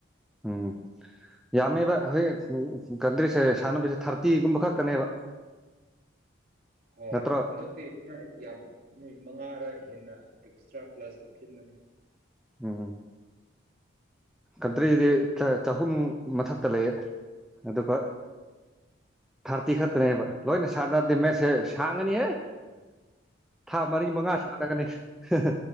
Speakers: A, in the centre; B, on the right (about 45°).
A: ꯎꯝ ꯌꯥꯝꯃꯦꯕ ꯍꯧꯖꯤꯛ ꯀꯟꯗ꯭ꯔꯤꯁꯦ ꯁꯥꯟꯅꯕꯁꯦ ꯊꯥꯔꯇꯤꯒꯨꯝꯕ ꯈꯛꯇꯅꯦꯕ
B: ꯍꯣꯏ
A: ꯅꯠꯇ꯭ꯔꯣ
B: ꯍꯟꯗꯛꯇꯤ ꯌꯥꯝ ꯃꯣꯏ ꯃꯉꯥꯔ ꯍꯦꯟꯅ ꯑꯦꯛꯁꯇ꯭ꯔꯥ ꯄꯂꯁ ꯍꯥꯞꯆꯤꯟꯕꯅꯤ
A: ꯎꯝ ꯀꯟꯇ꯭ꯔꯤꯗꯤ ꯆꯍꯨꯝ ꯃꯊꯛꯇ ꯂꯩꯌꯦ ꯑꯗꯨꯒ ꯊꯥꯔꯇꯤ ꯈꯛꯇꯅꯦꯕ ꯂꯣꯏꯅ ꯁꯥꯟꯅꯔꯗꯤ ꯃꯦꯠꯁꯁꯦ ꯁꯥꯡꯉꯅꯤꯍꯦ ꯊꯥ ꯃꯔꯤ ꯃꯉꯥ ꯁꯥꯟꯅꯒꯅꯤ ꯍꯥ ꯍꯥ